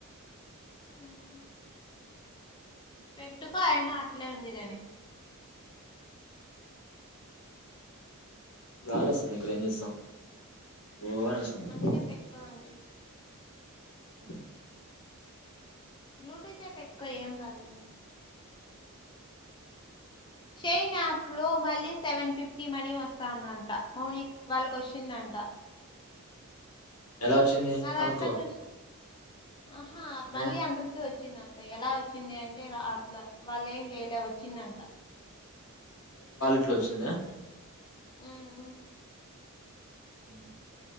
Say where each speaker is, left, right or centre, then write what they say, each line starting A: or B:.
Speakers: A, on the left; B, on the left.
A: హ్మ్ పెట్టుకో ఆయన అట్లే ఉంది కాని
B: గాలోస్తుంది ఇక్కడ ఏం చేస్తామ్ ఓ అని వస్తుంది
A: అందుకే పెట్టుకో అంటే
B: హ్మ్
A: బ్లూటూత్ యే పెట్టుకో ఏం కాదు గానీ షైన్ యాప్ లో మళ్ళీ సెవెన్ ఫిఫ్టీ మనీ వస్తందంట మౌనిక్ వాళ్ళకి వచ్చిందంట
B: ఎలా వచ్చింది
A: నా దాంట్లో
B: కనుక్కో
A: చూసి ఆహా మళ్ళీ
B: ఆ
A: అందరికి వచ్చిందంట ఎలా వచ్చి వచ్చింది అంటే అట్లా వాళ్ళ ఏం జైలే వచ్చిందంట
B: ఇట్లచ్చిందా
A: ఉమ్
B: ఉ